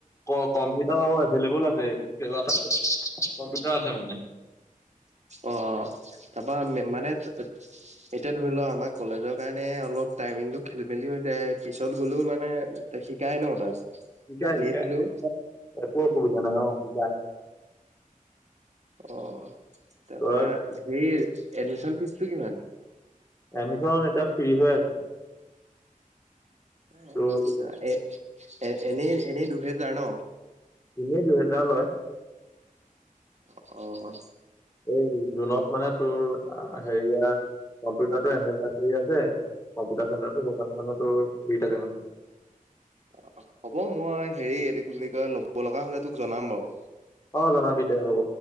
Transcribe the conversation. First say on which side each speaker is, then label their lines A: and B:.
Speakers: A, on the left; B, on the right.
A: ক কম্পিউটাৰো এভেইল এবোল আছে কেইবাটাও কম্পিউটাৰ আছে মানে।
B: অঁ' তাপা মে মানে- এতিয়া ধৰি লওঁ আমাৰ কলেজৰ কাৰণে অলপ টাইমিংটো খেলি মেলি হৈ যায়, পিছত গ'লেও মানে- তে শিকাই ন তাত।
A: এতিয়া শিকাই
B: লেট হলেও
A: শিকাই একো অসুবিধা নাই অঁ' শিকাই।
B: অঁ' তাপা
A: তই
B: সেই এডমিচন ফিজ টো কিমান?
A: এডমিচন এতিয়া ফ্ৰী হৈ আছে।
B: অঁ'
A: তোৰ
B: আৎচ্ছা এ এ এনেই এনেই দুহেজাৰ ন'।
A: এনেই দুহেজাৰ লয়।
B: অঁ'
A: এই জুনত মানে তোৰ আ হেৰিয়াৰ- কম্পিউটাৰ এনেকুৱা কৰি আছে কম্পিউটাৰ চেণ্টাৰটো <unintelligible> ফ্ৰী থাকে মানে।
B: অঁ' অঁ' হ'ব মই হেৰি এইটো কি বুলি কয় ল'ব লগা হলে তোক জনাম বাৰু।
A: অঁ' জনাবি দে হ'ব।